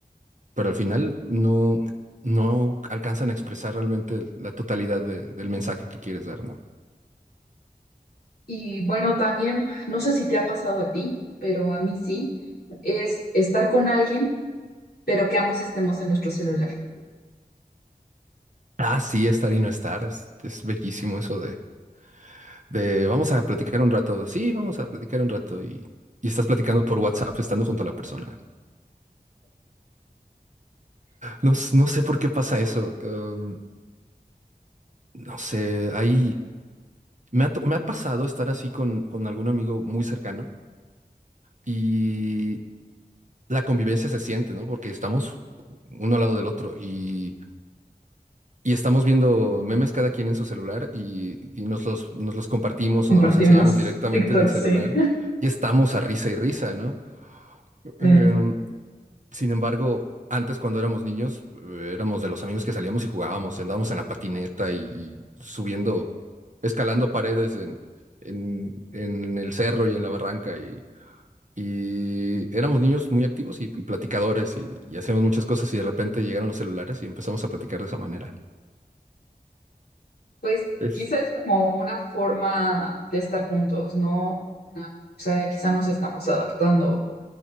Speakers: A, on the right; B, on the left.
A: pero al final no, no alcanzan a expresar realmente el- la totalidad de- del mensaje que quieres dar, ¿no?
B: Y bueno, también, no sé si te ha pasado a ti, pero a mí sí, es estar con alguien, pero que ambos estemos en nuestro celular.
A: Ah, sí, estar y no estar, es, es bellísimo eso de, de vamos a platicar un rato, sí, vamos a platicar un rato y, y estás platicando por WhatsApp estando junto a la persona. No, s- no sé por qué pasa eso. eh, no sé, hay, Me ha, to- me ha pasado estar así con, con algún amigo muy cercano y la convivencia se siente, ¿no? Porque estamos uno al lado del otro y, y estamos viendo memes cada quien en su celular y, y nos los, nos los compartimos
B: Compartimos
A: o nos los enseñamos directamente
B: <laughs> TikTok,
A: en el
B: sí.
A: celular y estamos a risa y risa, ¿no? Em,
B: Eh,
A: sin embargo, antes cuando éramos niños, eh, éramos de los amigos que salíamos y jugábamos, y andábamos en la patineta y, y subiendo, escalando paredes en, en, en el cerro y en la barranca y Y éramos niños muy activos y, y platicadores y, y hacíamos muchas cosas y de repente llegaron los celulares y empezamos a platicar de esa manera.
B: pues
A: Es,
B: quizás es como una forma de estar juntos, ¿no? Una- O sea, quizá nos estamos adaptando